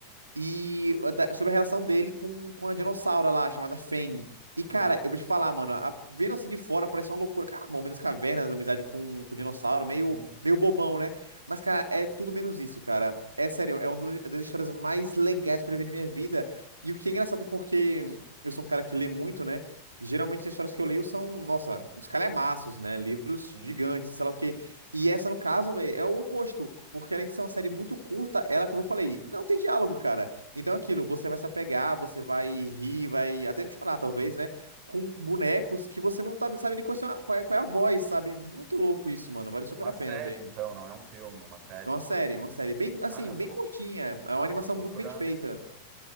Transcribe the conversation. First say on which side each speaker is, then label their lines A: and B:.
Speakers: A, on the right (about 80°); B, on the right (about 40°).
A: e a da- sobre a relação dele com, com a dinossauro lá, chamada Fang. E, cara,
B: Uhum.
A: eu vou te falar, mano, a- vendo assim de fora parece uma loucura. Cara, Momento das Cavernas, amizade com, com o dinossauro, meio,
B: Sim,
A: meio bobão, né? Mas, cara, é tudo menos isso, cara. É sério, é uma das é das histórias mais legais que eu já vi na minha vida. E o que é engraçado, porque eu sou um cara que lê muito, né? Geralmente as histórias que eu leio são, nossa, uns calhamaços, né? Livros
B: sim.
A: gigantes, sei lá o quê. E essa, no caso, velho, é o oposto. Porque além de ser uma série muito curta, ela, como eu falei, não tem diálogo, cara. Então, é aquilo, você vai se apegar, você vai rir, vai até chorar, talvez, né? Com bonecos que você não tá, sabe nem qual é, a- qual é qual é a voz, sabe? Muito louco isso, mano. Vale super
B: É Uma
A: a
B: série,
A: pena ver.
B: então, não é um filme, é uma série.
A: É uma série, é uma série bem, assim,
B: Ah, eu
A: bem
B: vou.
A: curtinha. É
B: Ah,
A: uma animação
B: eu vou procurar.
A: muito bem feita.